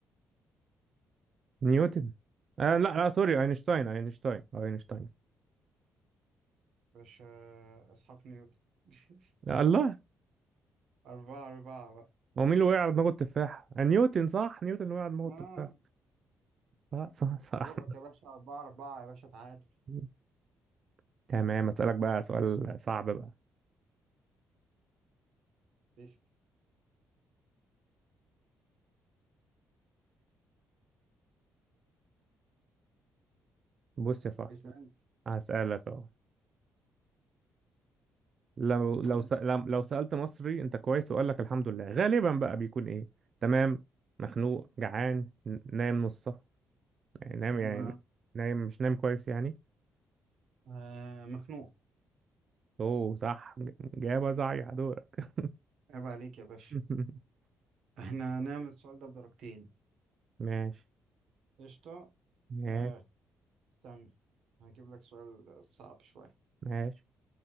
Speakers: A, on the right; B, on the right.
A: نيوتن آه لا لا سوري اينشتاين اينشتاين اينشتاين
B: باشا إسحاق نيوتن <laughs>
A: لا الله
B: أربعة أربعة بقى
A: هو مين اللي وقع على دماغه التفاح آه، نيوتن صح نيوتن اللي وقع على دماغه التفاح
B: آه
A: صح صح صح
B: دورك يا باشا أربعة أربعة يا باشا تعادل
A: <laughs> تمام اسألك بقى سؤال صعب بقى
B: بس-
A: بص يا صاحبي
B: اسألني
A: هسألك اهو لو لو
B: طيب،
A: س- لم- لو سألت مصري انت كويس وقال لك الحمد لله غالبا بقى بيكون ايه تمام مخنوق جعان ن- نايم نصه يعني نايم يعني
B: ما
A: نايم مش نايم كويس يعني
B: آه مخنوق
A: اوه صح ج- جابه صحيح دورك
B: عيب عليك يا باشا
A: <laughs>
B: احنا نعمل السؤال ده بدرجتين
A: ماشي
B: قشطة
A: ماشي
B: آه استنى هجيب لك سؤال صعب شوية
A: ماشي